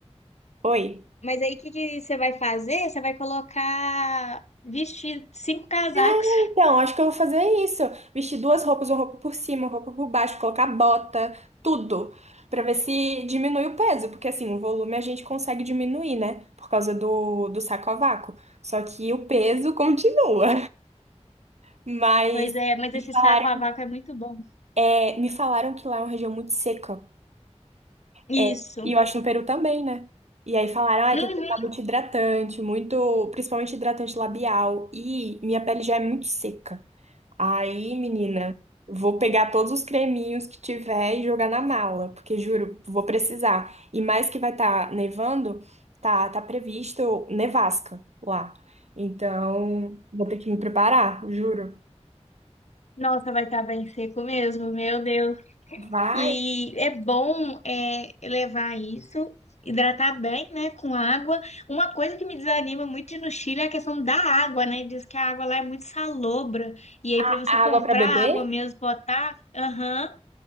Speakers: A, on the right; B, on the left.
A: oi.
B: mas aí o que que você vai fazer? Você vai colocar vestir cinco casacos.
A: É, Então, acho que eu vou fazer isso. Vestir duas roupas, uma roupa por cima, uma roupa por baixo, colocar bota, tudo, pra ver se diminui o peso, porque assim, o volume a gente consegue diminuir, né? Por causa do, do saco a vácuo. Só que o peso <laughs> continua. Mas
B: Pois é, mas
A: me
B: esse
A: falaram,
B: saco a vácuo é muito bom.
A: é, me falaram que lá é uma região muito seca.
B: Isso.
A: É, e eu acho no Peru também, né? E aí falaram, ah,
B: Uhum.
A: tem que usar muito hidratante, muito, principalmente hidratante labial. E minha pele já é muito seca. Aí, menina, vou pegar todos os creminhos que tiver e jogar na mala, porque juro, vou precisar. E mais que vai estar nevando, tá, tá previsto nevasca lá. Então, vou ter que me preparar, juro.
B: Nossa, vai estar bem seco mesmo, meu Deus.
A: Vai
B: E é bom é, levar isso, hidratar bem, né, com água. Uma coisa que me desanima muito de ir no Chile é a questão da água, né? Diz que a água lá é muito salobra. E aí,
A: a
B: para você comprar
A: água para beber?
B: água mesmo, botar, aham,